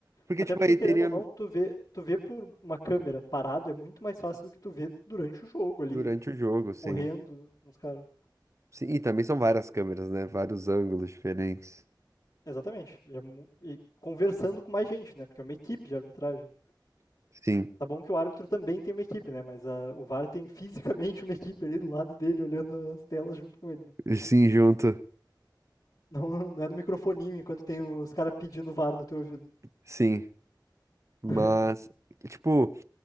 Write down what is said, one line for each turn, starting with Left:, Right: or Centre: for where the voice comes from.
Right: Porque,
Left: Até
Right: tipo,
Left: porque,
Right: aí
Left: querendo
Right: teria
Left: ou não, tu vê, tu vê por uma câmera parado é muito mais fácil do que tu vê durante o jogo ali,
Right: durante o jogo, sim.
Left: correndo com os caras.
Right: Sim, e também são várias câmeras, né? Vários ângulos diferentes.
Left: Exatamente. E, é mu- e conversando com mais gente, né? Porque é uma equipe de arbitragem.
Right: Sim,
Left: Tá bom que o árbitro também tem uma equipe, né? Mas ah, o VAR tem fisicamente uma equipe ali do lado dele, olhando as telas junto com ele. né?
Right: sim, junto,
Left: Não, não é no microfoninho enquanto tem os caras pedindo VAR no teu ouvido.
Right: sim. Mas,
Left: <laughs>
Right: tipo,